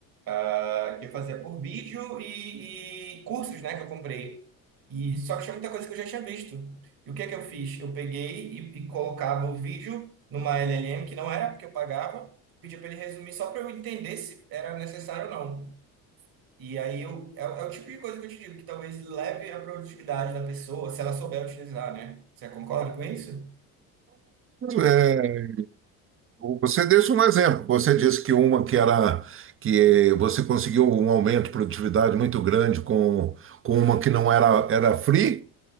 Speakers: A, on the right; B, on the right.
A: a- que eu fazia por vídeo e, e cursos, né, que eu comprei. E só que tinha muita coisa que eu já tinha visto. E o que é que eu fiz? Eu peguei e, e colocava o vídeo numa LLM que não era porque eu pagava, pedia para ele resumir só para eu entender se era necessário ou não. E aí eu, é, é o tipo de coisa que eu te digo, que talvez leve a produtividade da pessoa, se ela souber utilizar, né? Você concorda com isso?
B: É, Você disse um exemplo. Você disse que uma que era que você conseguiu um aumento de produtividade muito grande com, com uma que não era, era free,